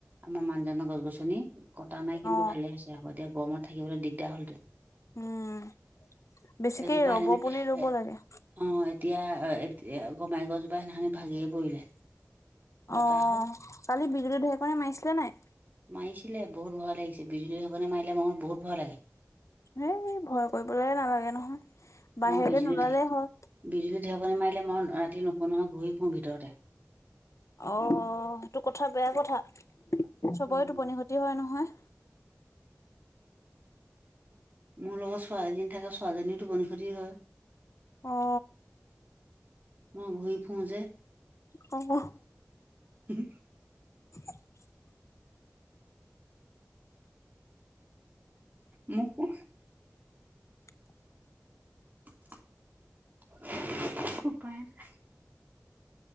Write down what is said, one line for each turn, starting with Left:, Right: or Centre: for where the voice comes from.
Right: আমাৰ মানজনৰ গছ-গছনি কটা নাই কিন্তু
Left: অ
Right: ভালে হৈছে আকৌ এতিয়া গৰমত থাকিবলে দিগদাৰ হল হেতেন।
Left: উম বেছিকে
Right: এজোপা
Left: ৰ'ব
Right: সেনে
Left: পুলি ৰোৱ লাগে।
Right: অ এতিয়া এ গমাৰী গছজোপা সেইদিনাখনি ভাগিয়ে পৰিলে। পতাহত
Left: অ কালি বিজুলী-ঢেৰেকনি মাৰিছিলে নাই?
Right: মাৰিছিলে বহুত ভয় লাগিছে বিজুলী ঢেৰেকনি মাৰিলে মো বহুত ভয় লাগে।
Left: সেই ভয় কৰিবলে নালাগে নহয়। বাহিৰলৈ
Right: ম বিজুলী
Left: নোলালেই
Right: ঢে
Left: হ'ল
Right: বিজুলী ঢেৰেকনি মাৰিলে মই ৰাতি নুশু নহয় ঘূৰি ফুুৰো ভিতৰতে।
Left: অ তো কথা বেয়া কথা, চবৰে
Right: উম,
Left: টোপনি ক্ষতি হয় নহয়।
Right: মোৰ লগত ছোৱালীজনী থাকে ছোৱীজনী টোপনি ক্ষতি হয়।
Left: অ
Right: মই ঘুই-ফু যে।
Left: ক'ক
Right: <unintelligible>
Left: <unintelligible>
Right: মো কো
Left: <inaudible>
Right: <unintelligible>